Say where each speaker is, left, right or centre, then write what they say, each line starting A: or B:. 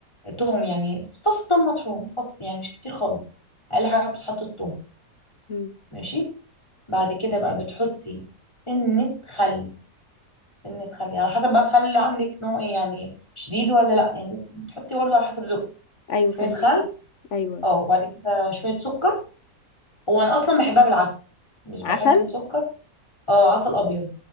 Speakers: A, on the left; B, on the left.
A: توم يعني فص توم مطحون فص يعني مش كتير خالص اقل حاجه بتتحط التوم
B: مم،
A: ماشي بعد كده بقى بتحطي سنه خل سنة خل على حسب بقى الخل اللي عندك نوع ايه يعني شديد ولا لا يعني بتحطي برضه على حسب ذوقك
B: ايوه
A: شوية
B: فهماكي
A: خل
B: ايوه أيوه.
A: اه وبعد كده شوية سكر هو انا اصلا بحبها بالعسل مش
B: عسل
A: بحب السكر اه عسل ابيض